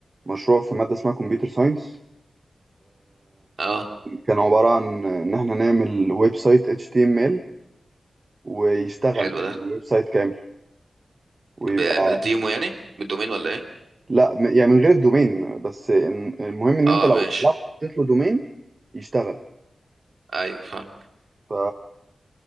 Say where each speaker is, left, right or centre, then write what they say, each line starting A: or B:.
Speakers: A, on the right; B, on the right.
A: مشروع في مادة اسمها كمبيوتر ساينس
B: اه
A: كان عبارة عن إن إحنا نعمل ويب سايت HTML ويشتغل
B: حلو
A: يعني
B: ده
A: ويب سايت كامل ويبقى
B: ب... بالديمو يعني؟ بالدومين ولا ايه؟
A: لا م- يعني من غير الدومين بس الم- المهم إن
B: اه
A: أنت لو
B: ماشي
A: لو حطيت له دومين يشتغل
B: ايوه فاهم
A: ف...